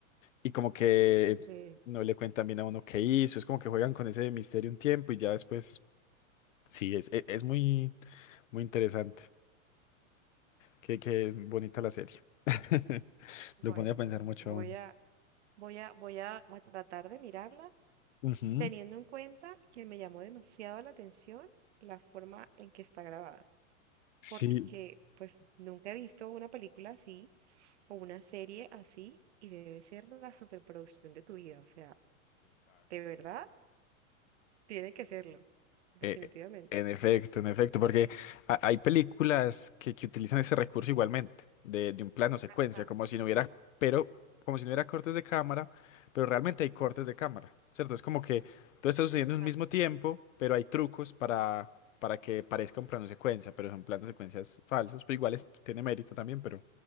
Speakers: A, on the left; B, on the right.
A: Y como que
B: ok.
A: no le cuentan bien a uno qué hizo, es como que juegan con ese misterio un tiempo y ya después, sí, es, e- es muy, muy interesante. Qué, qué bonita la serie. <laughs>
B: Bueno,
A: Lo pone a pensar
B: bueno,
A: mucho
B: voy
A: a uno.
B: a, voy a, voy a, a tratar de mirarla,
A: Ujú.
B: teniendo en cuenta que me llamó demasiado la atención la forma en que está grabada,
A: Sí.
B: porque pues nunca he visto una película así o una serie así y debe ser la superproducción de tu vida, o sea, de verdad tiene que serlo, definitivamente.
A: Eh, en efecto, en efecto, porque ha- hay películas que, que utilizan ese recurso igualmente, de, de un plano secuencia,
B: Ajá,
A: como si no hubiera, pero como si no hubiera cortes de cámara, pero realmente hay cortes de cámara, ¿cierto? Es como que todo está sucediendo
B: ajá.
A: en un mismo tiempo, pero hay trucos para, para que parezca un plano secuencia, pero son planos secuencias falsos, pero igual es- tiene mérito también, pero